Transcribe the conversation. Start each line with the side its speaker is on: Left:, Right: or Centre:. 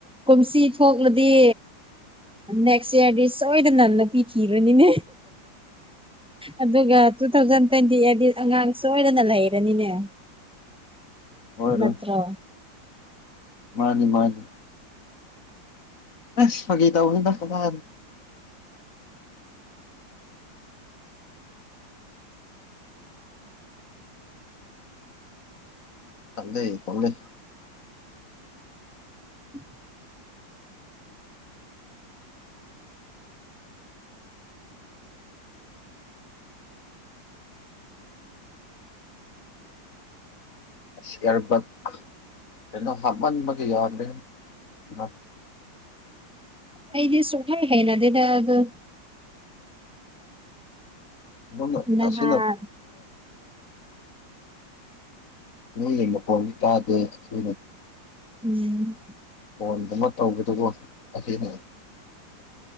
Centre: ꯀꯨꯝꯁꯤ ꯊꯣꯛꯂꯗꯤ ꯅꯦꯛꯁ ꯏꯌꯥꯔꯗꯤ ꯁꯣꯏꯗꯅꯟꯅ ꯄꯤꯔꯅꯤꯅꯦ ꯑꯗꯨꯒ ꯇꯨ ꯊꯥꯎꯖꯟ ꯇ꯭ꯋꯦꯟꯇꯤ ꯑꯩꯠꯗꯤ ꯑꯉꯥꯡ ꯁꯣꯏꯗꯅ ꯂꯩꯔꯅꯤꯅꯦ
Left: ꯍꯣꯏꯔꯣꯏ
Centre: ꯅꯠꯇ꯭ꯔ
Left: ꯃꯥꯅꯤ ꯃꯥꯅꯤ ꯑꯁ ꯐꯒꯩ ꯇꯗ ꯐꯗꯥ ꯆꯗꯩ ꯇꯗꯦ
Centre: ꯎꯝ
Left: ꯁꯤ ꯑꯔꯕꯛ ꯆꯩꯅꯣ ꯍꯥꯃꯟꯕꯒꯤ ꯌꯥꯗ ꯂꯩꯦ
Centre: ꯑꯩꯗꯤꯁꯨꯈꯥꯏ ꯍꯥꯏꯅ ꯑꯗꯨꯅ ꯑꯗꯨ
Left: ꯣꯅꯣ
Centre: ꯅꯍꯥꯟ
Left: ꯌꯥꯁꯅ ꯂꯩ ꯏ ꯄꯜ ꯀꯗꯦ ꯁꯨ
Centre: ꯎꯝ
Left: ꯐꯣꯟꯗꯨꯃ ꯇꯧꯕꯗꯨꯕꯨ ꯑꯁꯤꯉ